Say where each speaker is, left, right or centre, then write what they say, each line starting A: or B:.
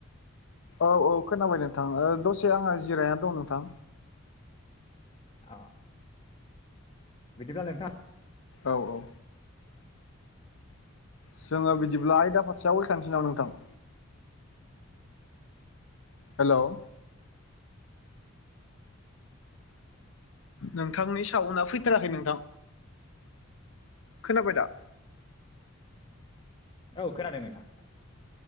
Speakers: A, on the left; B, on the left.
A: औ औ खोनाबाय नोंथां ओ दसे आंहा जिरायना दं नोंथां।
B: अ बिदिब्ला नोंथां
A: औ औ। जोङो बिदिब्ला आयदा फारसे आवगायखानिसै नामा नोंथां? हेल' नोंथांनि साउना फैथाराखै नोंथां। खोनाबाय दा?
B: औ खोनादों नोंथां।